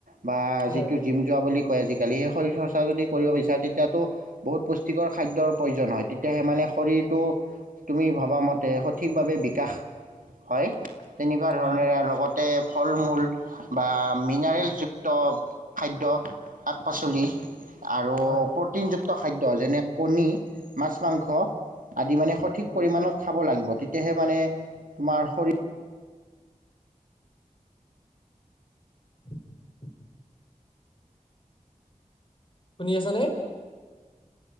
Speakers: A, on the right (about 85°); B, on the left (about 40°).
A: বা
B: হয়
A: যিটো জিম যোৱা বুলি কয় আজি গ'লেই শৰীৰ চৰ্চা যদি
B: হয়
A: কৰিব বিচাৰে তেতিয়াতো বহুত পুষ্টিকৰ খাদ্যৰ প্ৰয়োজন হয় তেতিয়া সেই মানে শৰীৰটো তুমি ভবাামতে সঠিকভাৱে বিকাশ হয় তেনেকুৱা ধৰণৰৰে
B: হয়
A: লগতে ফল মূল মূল বা মিনাৰেলযুক্ত খাদ্য শাক পাচলি আৰু
B: হয়
A: প্ৰটিন জাতীয় যুুক্ত খাদ্য যেনে কণী মাছ মাংস আদি মানে সঠিক
B: হয়
A: পৰিমাণত খাব লাগিব। তেতিয়াহে মানে তোমাৰ শৰীৰ
B: <inaudible> শুনি আছা নে?